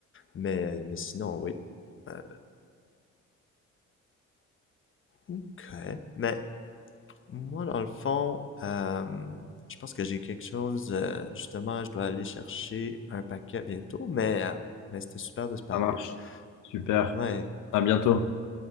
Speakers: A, on the left; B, on the left.
A: Mais, mais sinon, oui. Euh, ok. Mais moi, dans le fond, euh, je pense que j'ai quelque chose. euh, justement, je dois aller chercher un paquet bientôt. Mais, euh, mais c'était super de se parler.
B: Ça marche. Super.
A: Ouais,
B: À bientôt.